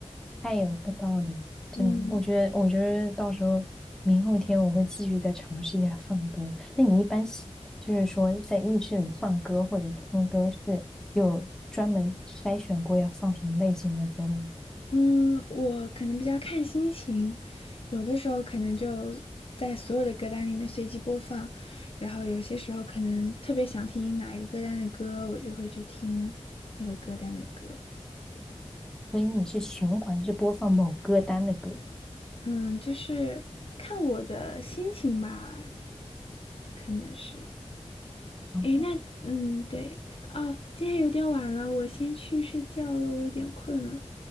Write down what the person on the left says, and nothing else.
嗯
嗯，我可能比较看心情，有的时候可能就在所有的歌单里面随机播放，然后有些时候可能特别想听哪一个歌单的歌，我就会去听那个歌单的歌。
嗯，就是看我的心情吧，可能是。
诶，那嗯，对哦，今天有点晚了，我先去睡觉了，我有点困了。